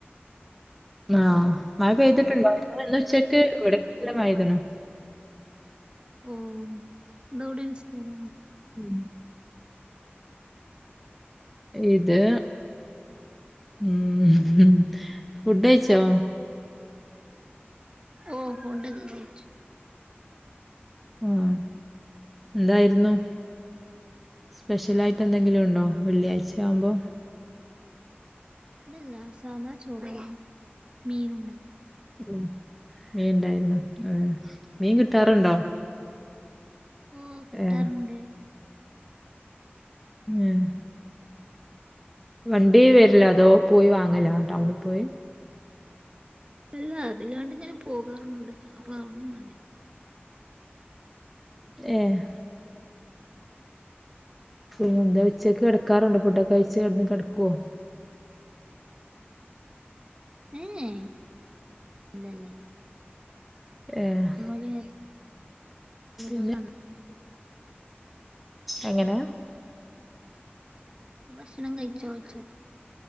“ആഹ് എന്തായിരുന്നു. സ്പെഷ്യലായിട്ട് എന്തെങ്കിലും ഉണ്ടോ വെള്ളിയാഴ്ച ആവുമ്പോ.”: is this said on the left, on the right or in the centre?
Centre